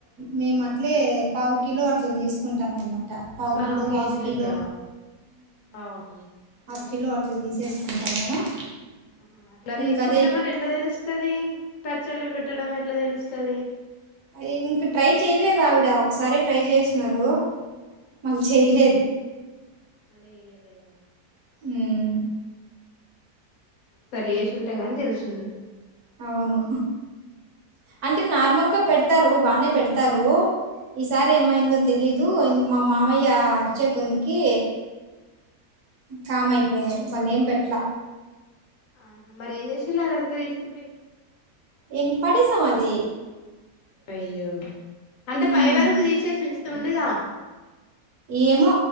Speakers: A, on the right; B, on the left.
A: మేము అట్లే పావు కిలో అట్ల తీసుకుంటాం అన్నమ పావ్
B: ఆహా
A: కిలో
B: కేజీ
A: హఫ్
B: లెక్క
A: కిలో
B: ఆహా
A: హాఫ్
B: ఉమ్.
A: కిలో <unintelligible> <unintelligible>
B: ఆహా అట్లా తీసుకుంటే
A: ఇంకదే
B: మరి ఎట్ల తెలుస్తది పచ్చల్లు పెట్టడం ఎట్లా తెలుస్తది
A: ఇంక ట్రై చేయలేదు ఆవిడ ఒకసారే ట్రై చేసినరు మల్ చేయలేదు
B: మళ్ళా ఏయ్యలేదా
A: ఉమ్
B: సరి వేసి ఉంటే గానీ తెలుసుండు
A: అవును అంటే నార్మల్గ పెడతారు బానే పెడతారు ఈసారి
B: ఆ
A: ఏమైందో తెలీదు ఇంక మా మామయ్య అరిచే కొందికి కామ్ అయిపోయారు మళ్ళ ఏం పెట్లా
B: ఆ మరి ఏం చేసిల్లు అదంతా తీసుకుపోయి
A: ఏంటి పడేసం అది
B: అయ్యో అంటే
A: ఉమ్
B: పైవరకు తీసేసి వుంచితే ఉండద
A: ఏమో